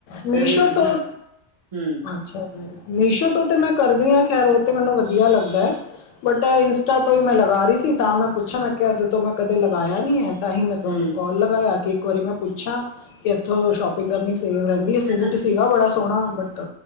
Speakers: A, on the left; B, on the right.
A: ਮੀਸ਼ੋ
B: ਕਰਿਓ ਕਿਉਂਕਿ
A: ਤੋਂ
B: ਹਮ
A: ਅੱਛਾ ਜੀ ਮੀਸ਼ੋ ਤੋਂ ਤਾਂ ਮੈਂ ਕਰਦੀ ਹਾਂ ਖੈਰ ਉਹ ਤਾਂ ਮੈਨੂੰ ਵਧੀਆ ਲੱਗਦਾ ਹੈ ਬਟ ਇੰਸਟਾ ਤੋਂ ਹੀ ਮੈਂ ਲਗਾ ਰਹੀ ਸੀ ਤਾਂ ਮੈਂ ਪੁੱਛਿਆ ਮੈਂ ਕਿਹਾ ਅਜੈ ਤੋਂ ਮੈਂ ਕਦੇ ਲਗਾਇਆ ਨਹੀਂ ਹੈ ਤਾਂ ਹੀ ਮੈਂ ਤੁਹਾਨੂੰ
B: ਹਮ
A: ਕੋਲ ਲਗਾਇਆ ਕਿ ਇੱਕ ਵਾਰੀ ਮੈਂ ਪੁੱਛਾਂ ਕਿ ਇੱਥੋਂ ਸ਼ੋਪਿੰਗ ਕਰਨੀ ਸੇਫ ਰਹਿੰਦੀ ਵਧੀਆ
B: ਤੇ
A: ਸੂਟ
B: ਤੁਸੀਂ
A: ਸੀਗਾ ਬੜਾ ਸੋਹਣਾ ਬਟ